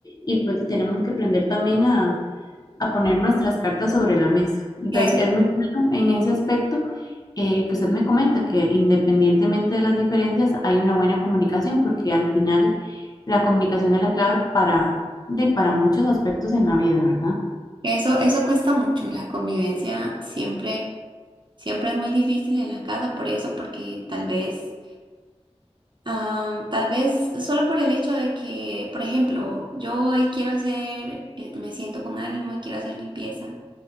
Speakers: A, on the left; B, on the right.
A: y pues y tenemos que aprender también a poner nuestras cartas sobre la mesa. Entonces,
B: Que eso,
A: es muy bueno en ese aspecto eh, que usted me comenta, que independientemente de las diferencias, hay una buena comunicación, porque al final la comunicación es la clave para, de, para muchos aspectos en la vida, ¿verdad?
B: que eso, eso cuesta mucho, la convivencia siempre, siempre es muy difícil en la casa por eso, porque tal vez Ah, tal vez solo por el hecho de que, por ejemplo, yo hoy quiero hacer, eh, me siento con ánimo y quiero hacer limpieza